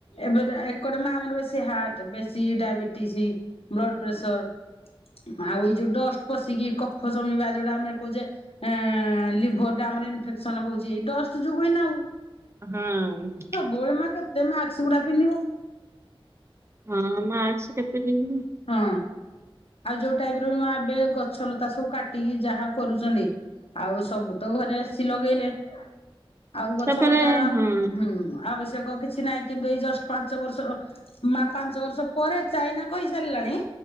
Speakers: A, on the left (about 85°); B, on the right (about 30°).
A: ଏବେ ଯା ଏକଡେ ମା ଆମର ବେଶୀ ହାର୍ଟ ବେଶୀ ଡାଇବେଟିସ୍, ବ୍ଲଡ ପ୍ରେସର। ଆଉ ଏଇ ଯୋଉ ଡଷ୍ଟ ପଶିକି କଫ ଜମିବା ଯୋଉଟା ଆମେ କହୁଛେ। ଏଁ ଲିଭର ଟା ଆମର ଇନଫେକ୍ସନ ହଉଛି ଏଇ ଡଷ୍ଟ ଯୋଗୁ ହିଁ ନା ଆଉ।
B: ହୁଁ।
A: ବୋ ଏ ମା କେତେ ମାକ୍ସ ଗୁଡା ପିନ୍ଧିବ।
B: ହଁ ମାକ୍ସ କେତେ ପିନ୍ଧିବ?
A: ହଁ ଆଉ ଯୋଉ ଟାଇପ ର ମା ଏବେ ଗଛ, ଲତା ସବୁ କାଟିକି ଯାହା କରୁଛନ୍ତି। ଆଉ ସବୁ ତ ଘରେ ଏସି ଲଗେଇଲେ। ଆଉ ଗଛ
B: ତାପରେ
A: ଲତାର,
B: ହଁ।
A: ହୁଁ ଆବଶ୍ୟକ କିଛି ନାହିଁ। କିନ୍ତୁ ଏଇ ଜଷ୍ଟ ପାଞ୍ଚ ବର୍ଷ, ମା ପାଞ୍ଚ ବର୍ଷ ପରେ ଚାଇନା କହି ସାରି ଲାଣି